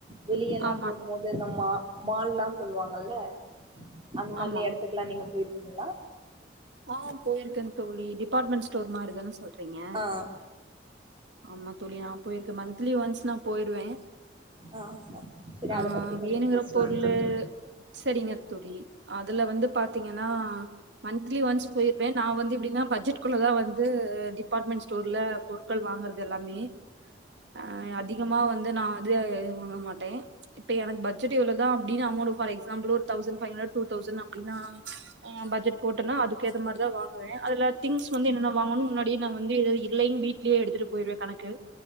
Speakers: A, on the right; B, on the right.
A: வெளிய எல்லா
B: ஆமா
A: போகும்போது அந்த மா மால்லா சொல்லுவாங்கல்ல அந்த மாரி
B: ஆமா
A: இடத்துக்கு எல்லா நீங்க போயிருக்கீங்களா
B: ஆ போயிருக்கே தோழி டிபார்ட்மெண்ட் ஸ்டோர் மாரிதான சொல்றீங்க
A: ஆ
B: ஆமா தோழி நா போயிருக்கே மந்த்லி ஒன்ஸ் நா போயிருவே
A: ஆ சரி
B: ஆ
A: அத பத்தி கொஞ்சோ
B: வேணுங்குற
A: பேசலாங்
B: பொருளு
A: தோழி
B: செரிங்க தோழி அதுல வந்து பாத்தீங்கன்னா மந்த்லி ஒன்ஸ் போயிருவே நா வந்து எப்டின்னா பட்ஜெட்க்குள்ளதா வந்து டிபார்ட்மெண்ட் ஸ்டோர்ல பொருட்கள் வாங்கறது து எல்லாமே அ அதிகமா வந்து நா வந்து வாங்க மாட்டே இப்ப எனக்கு பட்ஜட் இவ்ளோதா அப்டினு அமௌண்ட ஃபார் எக்ஸாம்பிள் ஒரு thousand five hundred two thousand அப்டினா ஆ பட்ஜட் போட்டேனா அதுக்கு ஏத்த மாரிதா வாங்குவே அதுல திங்ஸ் வந்து என்னன்ன வாங்கணு முன்னாடியே நா வந்து எழு இல்லைங்க வீட் வீட்லேயே எடுத்துட்டு போய்ருவே கணக்கு